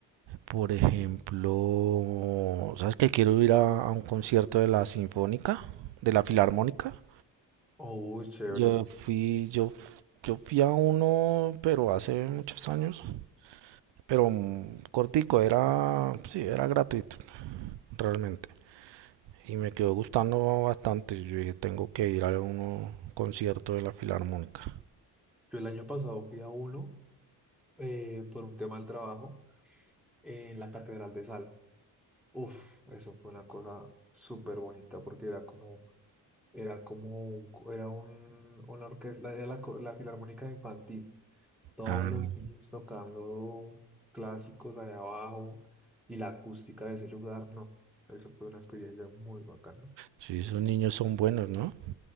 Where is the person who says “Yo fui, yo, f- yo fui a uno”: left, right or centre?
Right